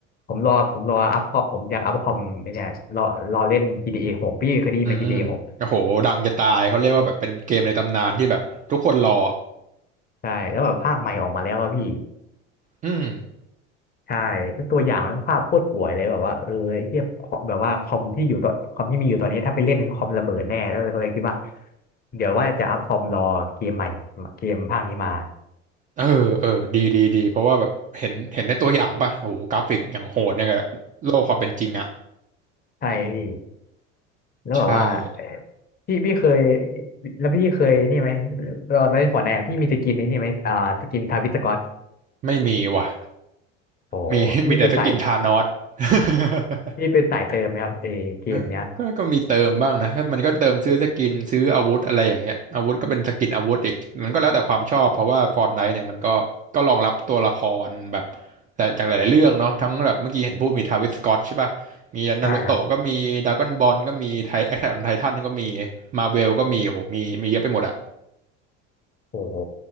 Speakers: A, on the left; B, on the right.
A: ผมรอผมรออัพคอมผมอยากอัพคอมไอ้เนี่ยรอรอเล่น GTA 6พี่เคยได้ยินไหม
B: อืมโอ้โหดังจะตายเขาเรียกว่าแบบเป็นเกมในตำนานที่แบบทุกคนรอ
A: GTA 6ใช่แล้วแบบภาคใหม่ออกมาแล้วอะพี่
B: อืม
A: ใช่แล้วตัวอย่างมันภาพโคตรสวยเลยแบบว่าเออไอ้เทียบแบบว่าคอมที่อยู่ตอนคอมที่มีอยู่ตอนนี้ถ้าไปเล่นคอมระเบิดแน่แล้วก็เลยคิดว่าเดี๋ยวว่าจะอัพคอมรอเกมใหม่เกมภาคนี้มา
B: เออเออดีดีดีเพราะว่าแบบเห็นเห็นในตัวอย่างป่ะโอ้โหกราฟิกอย่างโหดเนี่ยกับโลกความเป็นจริงอ่ะ
A: ใช่พี่แล้วแบบว่าเอ่อ
B: ใช่
A: พี่พี่เคยแล้วพี่เคยนี่ไหมตอนเล่นฟอร์ตไนพี่มีสกินในนี่ไหมอ่าสกินทาวิสกอ
B: ไม่มีว่ะ
A: โอหนี่เป็นสาย
B: มี <laughs> มีแต่สกินธานอส <laughs>
A: นี่เป็นสายเติมไหมครับเอเกมเนี้ย
B: เออก็ก็มีเติมบ้างนะ มันก็เติมซื้อสกินซื้ออาวุธอะไรอย่างเงี้ยอาวุธก็เป็นสกินอาวุธอีก มันก็แล้วแต่ความชอบ เพราะว่า Fortnite เนี่ยมันก็ก็รองรับตัวละครแบบแต่จากหลายๆเรื่องเนาะทั้งแบบเมื่อกี้เห็นพูดมีทาวิสสก็อตใช่ป่ะมีนารูโตะก็มีดราก้อนบอลก็มีไทแอทแทคออนไททันก็มี
A: ใช่ครับ
B: มาเวลก็มีโหมี มีเยอะไปหมดอะ
A: โอ้โห